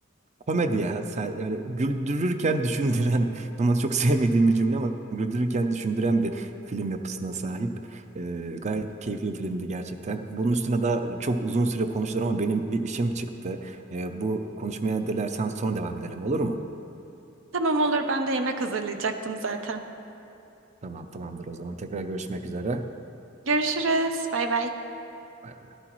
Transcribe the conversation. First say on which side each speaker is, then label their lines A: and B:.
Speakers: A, on the right (about 35°); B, on the right (about 80°).
A: komedi ya. Sen- Yani güldürürken düşündüren <laughs> normalde çok sevmediğim bir cümle ama güldürürken düşündüren bir film yapısına sahip. E, gayet keyifli bir filmdi gerçekten. Bunun üstüne daha çok uzun süre konuşulur ama benim bir işim çıktı. E, bu konuşmaya dilersen sonra devam edelim olur mu?
B: Tamam olur ben de yemek hazırlayacaktım zaten.
A: Tamam tamamdır o zaman. Tekrar görüşmek üzere.
B: Görüşürüz. Bay bay.
A: Bay bay.